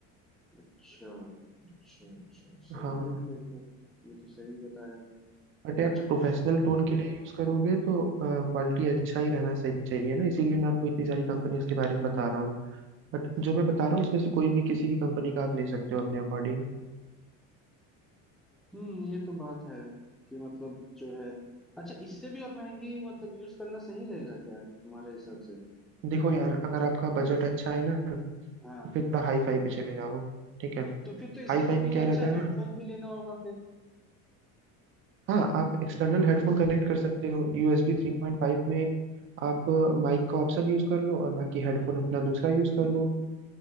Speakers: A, in the centre; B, on the right.
A: अच्छा अच्छा अच्छा सही
B: हाँ
A: है फिर तो ये तो सही बताया
B: बट यार
A: अच्छा
B: प्रोफेशनल
A: उस
B: टोन के लिए यूज करोगे तो क्वालिटी अच्छा ही रहना सही चाहिए ना इसीलिए मैं आपको इतनी सारी कंपनीज के बारे में बता रहा हूँ बट जो मैं बता रहा हूँ इसमें से कोई भी किसी भी कंपनी का आप ले सकते हो अपने अकॉर्डिंग
A: हम्म ये तो बात है कि मतलब जो है अच्छा इससे भी और महंगी मतलब यूज करना सही रहेगा क्या तुम्हारे हिसाब से
B: देखो यार अगर आपका बजट अच्छा है ना तो
A: हाँ
B: फिर थोड़ा हाई फाई पे चले जाओ ठीक है
A: तो फिर तो इसके
B: हाई
A: साथ
B: फाई में
A: मुझे
B: क्या
A: अच्छा
B: रहता है
A: हेडफोन
B: ना
A: भी लेना होगा फिर
B: हाँ आप एक्सटर्नल हेडफोन कनेक्ट कर सकते हो यूएसबी थ्री पॉइंट फाइव में आप माइक का ऑप्शन यूज कर लो और बाकी हेडफोन अपना दूसरा यूज कर लो